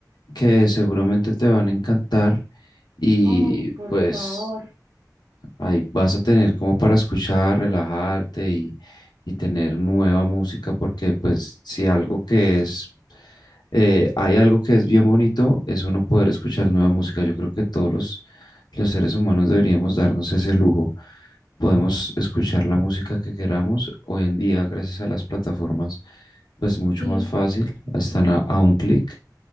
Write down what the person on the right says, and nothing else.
Oh, por
favor,
sí.